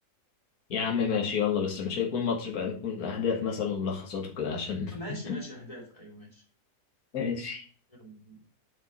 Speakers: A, on the left (about 60°); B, on the left (about 20°).
A: يا عم ماشي يلا بس مش هيكون ماتش بقى نكون اهداف مثلا وملخصات وكده عشان <laughs>
B: ماشي ماشي اهداف ايوه ماشي
A: ماشي
B: يلا